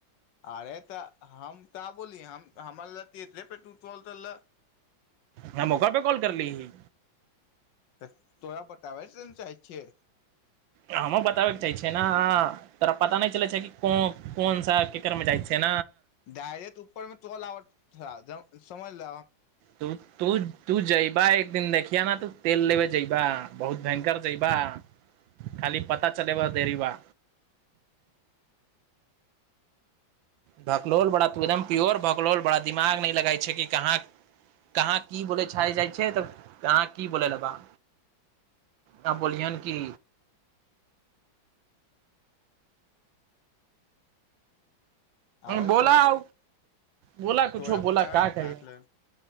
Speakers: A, on the left; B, on the right.
A: अरे तऽ हम ता बोली हम हमर ल तऽ एते पे टूटलट लए
B: हह मौका पे कॉल करली ही
A: तऽ तोरा बताबै से चाहै छियै
B: हमँ बताबे के चाह छियै ने तोरा पता नहि चलै छै कि को कोन सा केकर मे जाइ छियै ने
A: डायरेक्ट ऊपरमे तो ल आब समझल
B: त तू तू जइबा एक एक दिन देखिय ने तू तेल लेब जयबा बहुत भयंकरर जइबा खाली पता चलब देरी बा भकलोल बड़ा त एकदम प्योर भकलोल बड़ा दिमाग नहि लगै छै कि कहाँ कहाँ की बोलै छै जाइ छियै तऽ कहाँ की बोलय लेबह ताँ बोलियहन कि
A: अरे
B: बोला
A: तोरा
B: आ
A: बत
B: बोला कुछो
A: तोरा
B: बोला
A: बताब
B: क कर